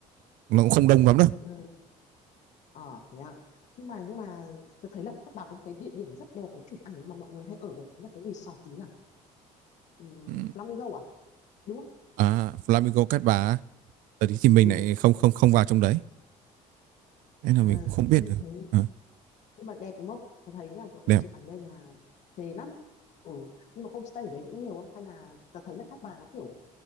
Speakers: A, on the right; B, on the left.
A: nó cũng không đông lắm đâu
B: Ừ. Ờ, thế à. Nhưng mà nhưng mà tôi thấy là các bà có một cái địa điểm rất đẹp để chụp ảnh mà mọi người hay ở đấy là cái resort gì nhỉ? Ừ,
A: ừ.
B: Flamingo à? Đúng không?
A: à Flamingo Cát Bà á, ở đấy thì mình
B: Ừ.
A: lại không không không vào trong đấy nên
B: À,
A: là mình cũng không biết
B: nhưng
A: được
B: thấy
A: Ờ,
B: nhưng mà đẹp đúng không? Tôi thấy là mọi người
A: đẹp
B: chụp ảnh lên là thế lắm. Ừ, nhưng mà homestay ở đấy cũng nhiều không? Hay là tôi thấy là các bà nó kiểu